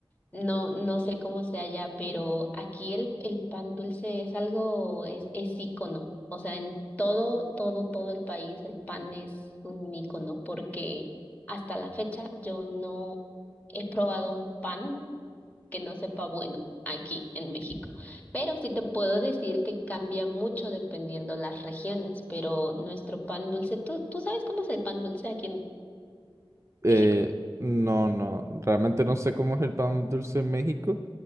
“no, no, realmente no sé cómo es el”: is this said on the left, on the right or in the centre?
Right